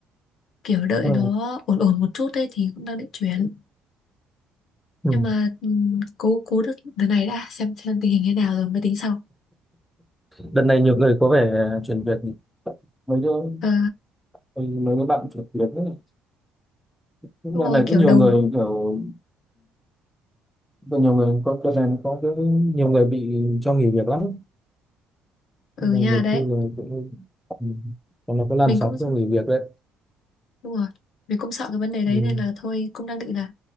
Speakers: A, on the left (about 50°); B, in the centre.
A: kiểu đợi
B: ừ.
A: nó ổn ổn một chút ấy thì cũng đang định chuyển
B: ừ.
A: nhưng mà ừm, cố cố được đợt này đã xem xem tình hình thế nào rồi mới tính sau
B: đợt này nhiều người có vẻ chuyển việc mấy chỗ
A: Ờ,
B: Ừ, mấy cái bạn thực hiện ấy. Những
A: đúng
B: đợt
A: rồi
B: này
A: kiểu
B: cũng nhiều
A: đầu
B: người kiểu có nhiều người có đợt này nó có cái nhiều người bị cho nghỉ việc lắm
A: ừ
B: Mà
A: nha
B: nhiều
A: đấy
B: khi là cũng ừ, còn nó có làn
A: mình cũng
B: sóng cho nghỉ việc đấy
A: đúng rồi mình cũng sợ cái vấn đề đấy
B: ừ.
A: nên là thôi cũng đang định là